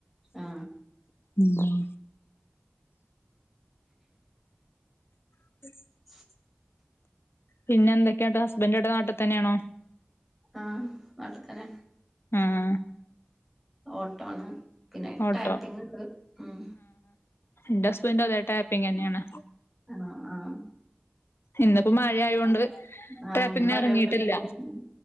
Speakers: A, in the centre; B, on the left.
A: ആ.
B: ഉം. <unintelligible>
A: <inaudible>
B: പിന്നെ എന്തക്കെയാട്ട് ഹസ്ബന്റ് ഇവടെ ന്നാട്ട് തന്നെയാണോ?
A: ആഹ് നാട്ട്തന്നേ.
B: ആഹ്.
A: ഓട്ടോണ് പിന്നെ
B: ഓട്ടോ
A: ടാപ്പിങ്ണ്ട് ഉം.
B: ന്റെ ഹസ്ബൻഡ്ഡ് അതേ ട്ടാപ്പിംങ ന്നേണ്.
A: ആണോ ആഹ്.
B: ഇന്ന്പ്പോ മഴയായൊൻണ്ട്
A: ആ.
B: ട്ടാപ്പിങ്ന്
A: ഇന്ന് മഴയായോണ്ട്
B: എറങ്ങീട്ടില്ല
A: ലീവായിരുന്നു.